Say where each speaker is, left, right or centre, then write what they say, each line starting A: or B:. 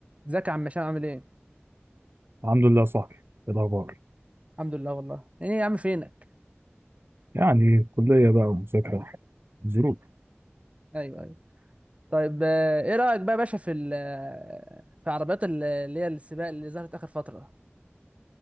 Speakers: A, on the right (about 30°); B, on the right (about 60°).
A: ازيك يا عم هشام عامل ايه؟
B: الحمد لله صاحبي إيه الأخبار
A: الحمد لله والله ايه يا عم فينك؟
B: يعني كلية بقى ومذاكرة ظروف
A: ايوه ايوه طيب آه، ايه رأيك بقى يا باشا في ال- آه، في عربيات ال- اللي هي السباق اللي ظهرت اخر فترة